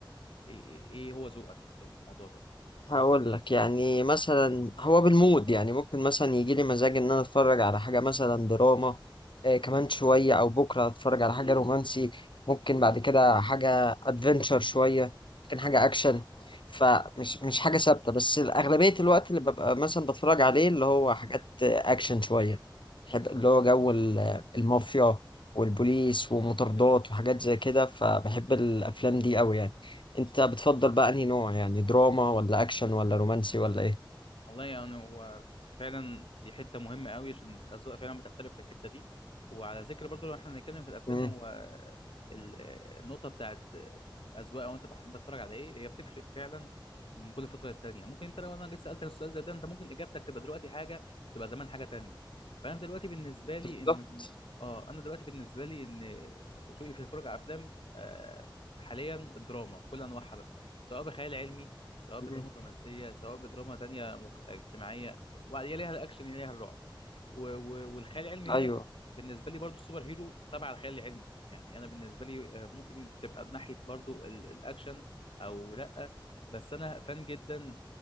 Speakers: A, on the left (about 85°); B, on the left (about 70°).
A: ايه إيه هو ذوقك في الموضوع ده
B: هقول لك يعني مثلا هو بالمود يعني ممكن مثلا يجي لي مزاج ان انا اتفرج على حاجه مثلا دراما آه كمان شويه او بكره اتفرج على حاجه رومانسي ممكن بعد كده حاجه ادفنتشر شويه ممكن حاجه اكشن فمش مش حاجه ثابته بس اغلبيه الوقت اللي ببقى مثلا بتفرج عليه اللي هو حاجات آه، اكشن شويه بحب اللي هو جو ال- المافيا والبوليس ومطاردات وحاجات زي كده فبحب الافلام دي قوي يعني انت بتفضل بقى انهي نوع يعني دراما ولا اكشن ولا رومانسي ولا ايه
A: والله يعني هو فعلا دي حته مهمه قوي عشان الاذواق فعلا بتختلف في الحته دي وعلى ذكر برضو لو احنا هنتكلم في الافلام
B: امم
A: هو ال- النقطه بتاعت الاذواق او انت بحب بتتفرج على ايه هي بتفرق فعلا من كل فتره للتانيه ممكن انت لو انا لسه سالتك السؤال زي ده انت ممكن اجابتك تبقى دلوقتي حاجه تبقى زمان حاجه تانيه فانا دلوقتي بالنسبه لي
B: بالظبط
A: ان اه انا دلوقتي بالنسبه لي ان ذوقي في الفرجه على افلام آه، حاليا الدراما كل انواعها بقى سواء بخيال علمي سواء بدراما
B: مم.
A: رومانسيه سواء بدراما تانيه مك- اجتماعيه وبعدين ليها الاكشن ليها الرعب و- و- والخيال العلمي هنا
B: ايوه
A: بالنسبه لي برضو السوبر هيرو تبع الخيال العلمي يعني انا بالنسبه لي آه، ممكن تبقى ناحيه برضو ال- الاكشن او لا بس انا فان جدا